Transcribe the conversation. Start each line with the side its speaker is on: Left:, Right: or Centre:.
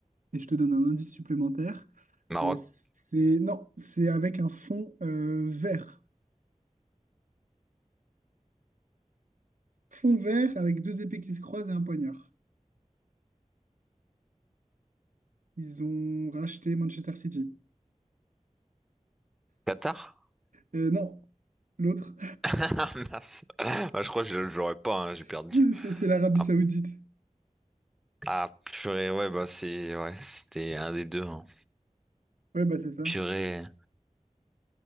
Right: Et je te donne un indice supplémentaire.
Centre: Maroc,
Right: Euh, c'est non, c'est avec un fond euh, vert. Fond vert avec deux épées qui se croisent et un poignard. Ils ont racheté Manchester City.
Centre: Qatar? <laughs>
Right: Euh, non, l'autre,
Centre: Ah, mince. Bah, je crois que je je l'aurais pas, hein, j'ai
Right: <laughs>
Centre: perdu.
Right: c'est c'est l'Arabie
Centre: Ah,
Right: Saoudite.
Centre: ah, purée, ouais, bah c'est... Ouais, c'était un des deux. hein.
Right: Ouais, bah c'est ça.
Centre: Purée.